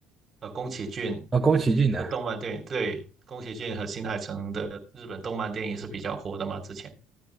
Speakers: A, on the right; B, on the right.
A: 呃宫崎骏
B: 啊，宫崎骏的，
A: 的动漫电影，对，宫崎骏和新海诚的日本动漫电影是比较火的嘛，之前。